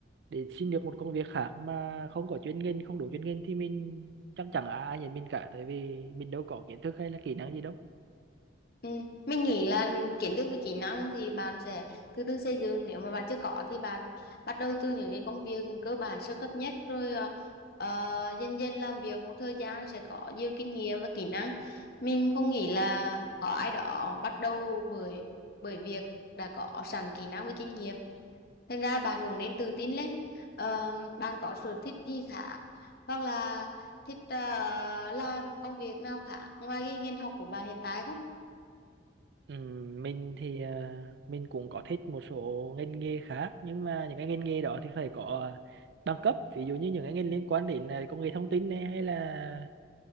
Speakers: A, on the right (about 60°); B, on the left (about 55°).
A: để xin được một công việc khác mà không có chuyên ngành, không đủ chuyên ngành thì mình chắc chẳng ai ai nhận mình cả tại vì mình đâu có kiến thức hay là kỹ năng gì đâu.
B: ừ mình nghĩ là kiến thức với kỹ năng thì bạn sẽ từ từ xây dựng nếu mà bạn chưa có thì bạn bắt đầu từ những cái công việc cơ bản sơ cấp nhất rồi ờ, ờ, dần dần làm việc một thời gian sẽ có nhiều kinh nghiệm và kỹ năng mình không nghĩ là có ai đó bắt đầu bởi bởi việc đã có sẵn kỹ năng với kinh nghiệm thành ra bạn cũng nên tự tin lên Ờ, bạn có sở thích gì khác hoặc là thích ờ, làm công việc nào khác ngoài cái ngành học của bạn hiện tại không
A: Ừm, mình thì à, mình cũng có thích một số ngành nghề khác nhưng mà những cái ngành nghề đó thì phải có à, bằng cấp ví dụ như những cái ngành liên quan đến à, công nghệ thông tin này hay là